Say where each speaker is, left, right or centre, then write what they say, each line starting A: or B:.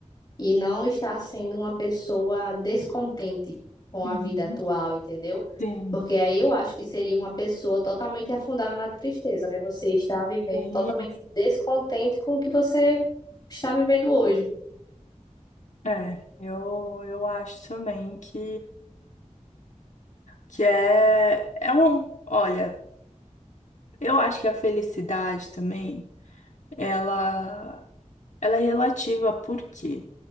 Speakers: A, on the left; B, on the left.
A: e não está sendo uma pessoa descontente com
B: uhum,
A: a vida atual, entendeu?
B: sim,
A: Porque aí eu acho que seria uma pessoa totalmente afundada na tristeza, né? Você está vivendo
B: sim,
A: totalmente descontente com o que você está vivendo hoje.
B: é, eu, eu acho também que, que é, é uma, olha, eu acho que a felicidade também, ela, ela é relativa, porque